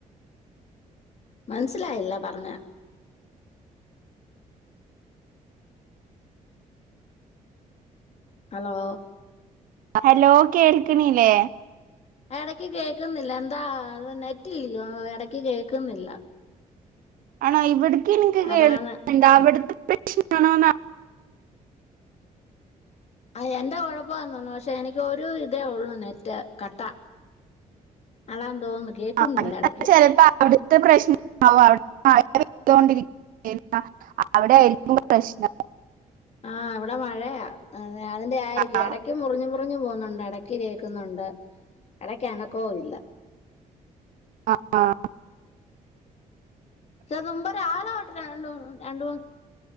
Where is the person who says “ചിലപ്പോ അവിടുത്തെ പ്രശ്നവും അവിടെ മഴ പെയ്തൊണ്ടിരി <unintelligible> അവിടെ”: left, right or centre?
Right